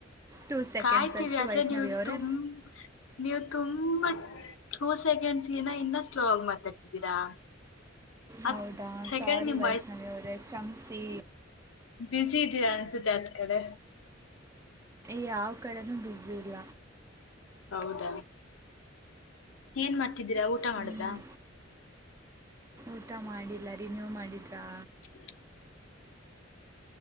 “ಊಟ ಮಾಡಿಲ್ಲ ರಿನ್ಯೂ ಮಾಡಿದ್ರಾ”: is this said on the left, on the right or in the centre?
Right